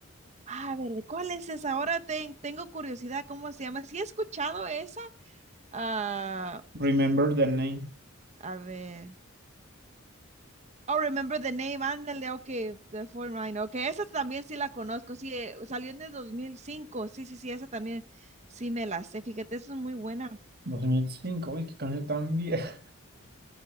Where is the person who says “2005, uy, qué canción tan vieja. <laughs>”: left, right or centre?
Right